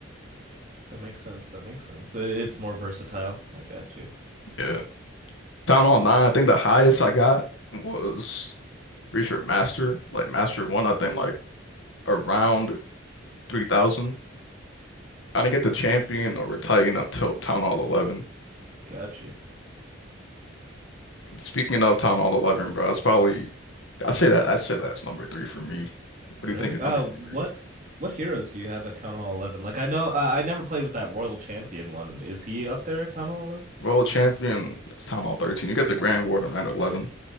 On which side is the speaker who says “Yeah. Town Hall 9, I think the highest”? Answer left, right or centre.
Left